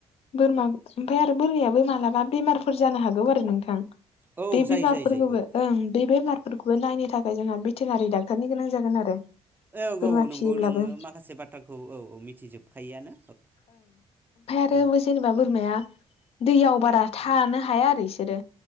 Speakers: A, on the left; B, on the right.
A: बोरमा ओमफाय आरो बोरमायाबो मालाबा बेमारफोर जानो हागौ आरो नोंथां
B: औ
A: बे
B: जायो
A: बेमारफोरखौबो
B: जायो जायो औ
A: ओं बे बेमारफोरखौबो नायनो थाखाय जोंहा भेटेनारि डाक्टारनि गोनां जागोन आरो
B: औ
A: बोरमा
B: औ नंगौ
A: फिसियोब्लाबो
B: नोङो माखासे बाथ्राखौ औ औ मिथिजोबखायोआनो औ
A: थों बे जेनेबा बोरमाया दैयाव बारा थानो हाया आरो इसोरो